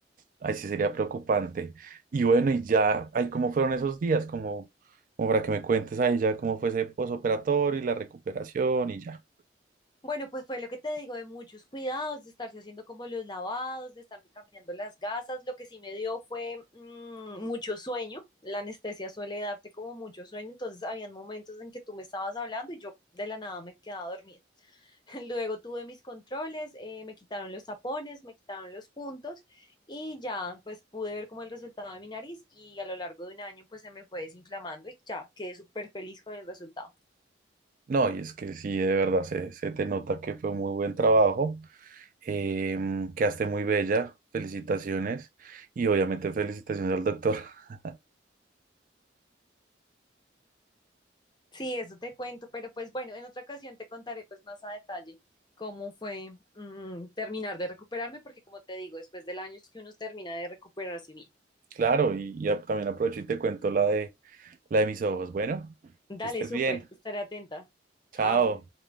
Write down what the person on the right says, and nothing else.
ahí sí sería preocupante. Y bueno, y ya, ahí cómo fueron esos días, como, como para que me cuentes ahí ya cómo fue ese posoperatorio y la recuperación y ya.
No, y es que sí, de verdad, se, se te nota que fue muy buen trabajo, em, quedaste muy bella, felicitaciones y obviamente felicitaciones al doctor. <laughs>
Claro, y ya también aprovecho y te cuento la de, la de mis ojos. Bueno,
que estés
bien,
chao.